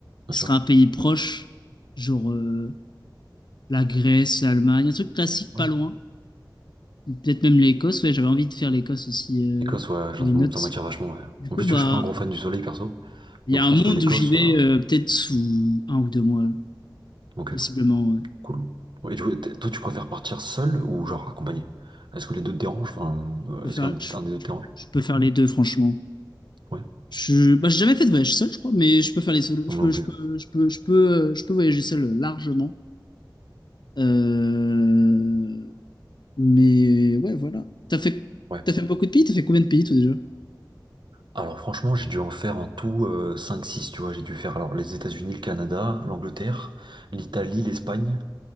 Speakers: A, on the right (about 80°); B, on the left (about 70°).
A: Bien
B: Ce
A: sûr.
B: sera un pays proche, genre euh, la Grèce, l'Allemagne, un truc classique
A: Ouais.
B: pas loin. Peut-être même l'Écosse. Ouais, j'avais envie de faire l'Écosse aussi. Euh,
A: Écosse, ouais, je-
B: dans les notes.
A: ça m'attire vachement, ouais.
B: Du
A: En
B: coup,
A: plus,
B: bah,
A: tu vois, je suis pas un gros fan du soleil, perso.
B: il
A: Donc
B: y a
A: je
B: un
A: pense
B: monde
A: que l'Écosse...
B: où j'y vais
A: euh,
B: euh, peut-être sous un ou deux mois,
A: Ok,
B: possiblement. ouais.
A: cool. Ouais, Et du coup, t- toi, tu préfères partir seul ou genre accompagné? Est-ce que les deux te dérangent? Enfin,
B: Je
A: euh,
B: peux
A: est-ce
B: faire,
A: qu'un
B: je,
A: un des deux te dérange?
B: je peux faire les deux, franchement.
A: Ouais,
B: Je, bah, j'ai jamais fait de voyage seul, je crois, mais je peux faire les seuls. Je
A: moi non
B: peux,
A: plus.
B: je peux, je peux, je peux, euh, je peux voyager seul euh, largement. Euh, Mais ouais, voilà. T'as fait,
A: Ouais.
B: t'as fait beaucoup de pays? T'as fait combien de pays toi déjà?
A: Alors franchement, j'ai dû en faire en tout euh, cinq six. tu vois. J'ai dû faire alors les États-Unis, le Canada, l'Angleterre, l'Italie, l'Espagne